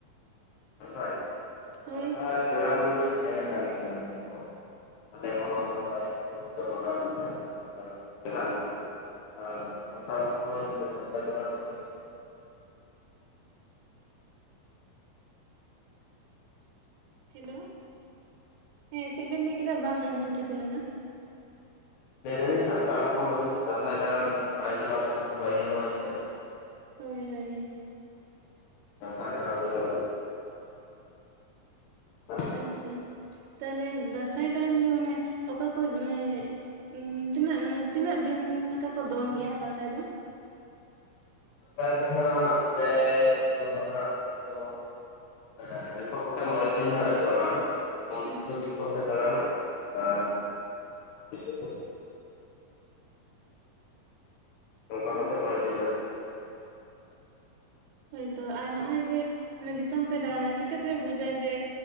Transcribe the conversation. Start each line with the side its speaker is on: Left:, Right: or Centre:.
Left: <unintelligible>
Right: ᱦᱳᱭ
Left: ᱟᱞᱮ ᱦᱚᱸ <unintelligible>
Right: ᱟᱪᱪᱷᱟ
Left: ᱪᱟᱞᱟᱜ ᱦᱩᱭᱩᱜ-ᱟ᱾ ᱟᱨ ᱥᱟᱱᱛᱟᱲ ᱟᱛᱩ ᱠᱚᱨᱮ ᱜᱤᱫᱨᱟᱹ ᱫᱟᱥᱟᱭ ᱫᱟᱲᱟᱱ <inaudible>
Right: ᱦᱮᱞᱳ, ᱦᱮᱸ ᱪᱮᱫ ᱵᱮᱱ ᱞᱟᱹᱭᱠᱟ ᱵᱟᱝ ᱟᱸᱡᱚᱢ ᱴᱷᱤᱠᱟᱹ ᱞᱮᱱᱟ
Left: ᱞᱟᱹᱭ ᱫᱟᱹᱞᱤᱧ ᱥᱟᱱᱛᱟᱲ ᱦᱚᱯᱚᱱ ᱟᱨ ᱡᱩᱫᱤ ᱫᱟᱥᱟᱭ ᱫᱟᱲᱟᱱ ᱵᱟᱭ ᱪᱞᱟᱣ ᱞᱮᱠᱷᱟᱱ ᱵᱟᱭᱜᱟᱱᱚᱜ-ᱟᱭ ᱥᱮ
Right: ᱦᱳᱭ ᱦᱳᱭ
Left: ᱫᱟᱸᱥᱟᱭ ᱫᱟᱲᱟᱱ ᱫᱚ ᱪᱟᱞᱟᱜ ᱞᱟᱹᱠᱛᱤ
Right: ᱟᱪᱪᱷᱟ
Left: ᱜᱮ᱾
Right: ᱛᱟᱦᱞᱮ ᱫᱟᱸᱥᱟᱭ ᱫᱟᱬᱟᱱ ᱫᱚ ᱢᱟᱱᱮ ᱚᱠᱟ ᱠᱚ ᱢᱟᱱᱮ ᱩᱸ ᱛᱤᱱᱟᱹᱜ ᱢᱟᱱᱮ ᱛᱤᱱᱟᱹᱜ ᱫᱤᱱ ᱞᱮᱠᱟ ᱠᱚ ᱫᱚᱱ ᱜᱮᱭᱟ ᱫᱟᱸᱟᱭ ᱫᱚ?
Left: <unintelligible> ᱦᱟᱸᱜ ᱦᱮᱸ ᱡᱚᱛᱚ ᱠᱚᱛᱮ ᱢᱚᱬᱮ ᱫᱤᱱ ᱦᱟᱸᱜ ᱞᱮ ᱫᱚᱱᱟ ᱩᱱᱫᱤᱱ
Right: ᱟᱪᱪᱷᱟ
Left: ᱫᱚ
Right: ᱟᱪᱪᱷᱟ
Left: ᱫᱤᱥᱚᱢᱞᱮ ᱫᱟᱬᱟᱱᱟ ᱟᱨ ᱱᱤᱛᱳᱜ ᱫᱚ ᱱᱟᱝᱠᱟ
Right: ᱟᱪᱪᱷᱟ
Left: ᱠᱟᱛᱮᱫ ᱢᱚᱬᱮ ᱫᱤᱱ ᱞᱮ ᱱᱚᱣᱟ
Right: ᱦᱳᱭᱛᱳ ᱟᱨ ᱦᱚᱸᱜᱼᱚᱭ ᱡᱮ ᱫᱤᱥᱚᱢ ᱯᱮ ᱫᱟᱬᱟᱱᱟ ᱪᱤᱠᱟᱹᱛᱮᱯᱮ ᱵᱩᱡᱟ ᱡᱮ